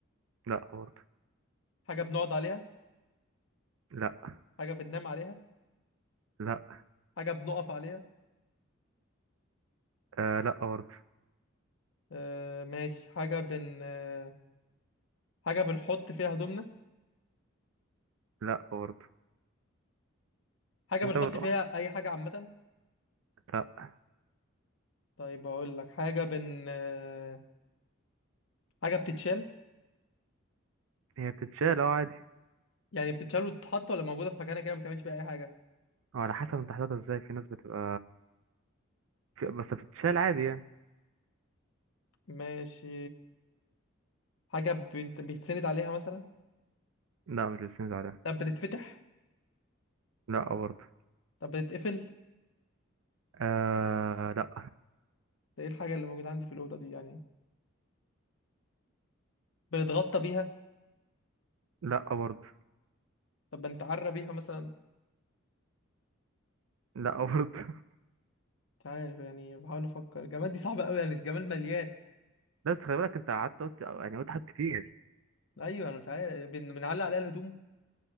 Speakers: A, on the right; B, on the left.
A: لا برضه
B: حاجه بنقعد عليها
A: لا
B: حاجه بننام عليها
A: لا
B: حاجه بنقف عليها
A: آه لا برضه
B: أه... ماشي حاجه بن أه... حاجه بنحط فيها هدومنا
A: لا برضه
B: حاجه
A: انت
B: بنحط
A: بتقطع
B: فيها اي حاجه عامه
A: لا
B: طيب هقول لك حاجه بن أه... حاجه بتتشال
A: هي بتتشال اه عادي
B: يعني بتتشال وتتحط ولا موجوده في مكانها كده ما بتعملش بيها اي حاجه
A: اه على حسب انت حاططها ازاي في ناس بتبقى في... بس بتتشال عادي يعني
B: ماشي حاجة بنت بيتسند عليها مثلا
A: لا مش بتسند عليها
B: طب بتتفتح
A: لا برضه
B: طب بتتقفل
A: آه لا
B: ده ايه الحاجة اللي موجودة عندي في الأوضة دي يعني بنتغطى بيها
A: لا برضه
B: طب بنتعرى بيها مثلا
A: لا برضه <laughs>
B: مش عارف يعني بحاول أفكر الجمال دي صعبة أوي يعني الجمال مليان
A: بس خلي بالك انت قعدت قلت يعني قلت حاجات كتير
B: أيوة أنا مش عارف بن- بنعلق عليها الهدوم